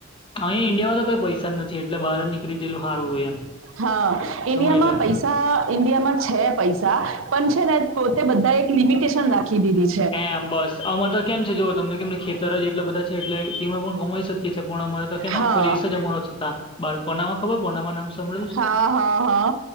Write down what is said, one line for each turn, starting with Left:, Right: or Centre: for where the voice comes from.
Left: અહીં ઈન્ડિયા તો કોઈ પૈસા નથી એટલે બાર નીકળીયેલુંારુંય એમ
Right: હા
Left: સમય
Right: ન્માં
Left: જા
Right: પૈસા પૈસા ઇન્ડિયામાં છે પૈસા પણ છે ને પોતે બધા એક લિમિટેશન રાખી દીધી છે
Left: હ બસ આમાંરે તો કેમ છે જોઓ તમને કેમને ખેતર જ એટલા બધા છે એટલે તેમાં પણ કમાઈ શકીએ છીએ પણ અમારે તો કેમ
Right: હા
Left: આખો દિવસ જમારો છતા બાર પોનામાં ખબર પોનામાં નામ ભળેલું છે
Right: હા હા હા